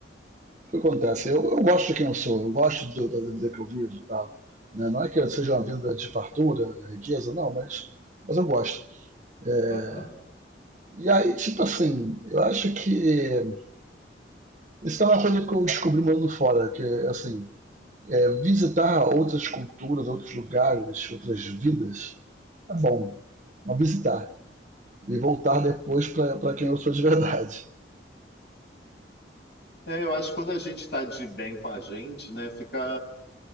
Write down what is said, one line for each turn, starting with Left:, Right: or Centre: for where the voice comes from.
Right: o que acontece? Eu, eu gosto de quem eu sou, eu gosto do- da da vida que eu vivo e tal. né? Não é que eu seja uma vida de fartura, riqueza, não, mas, mas eu gosto. É,
Left: Aham.
Right: e aí, tipo assim, eu acho que isso é uma coisa que eu descobri morando fora, que assim, é, visitar outras culturas, outros lugares, outras vidas, é bom, mas visitar. E voltar depois para quem eu sou de verdade.
Left: É, eu acho que quando a gente está de bem com a gente, né, fica.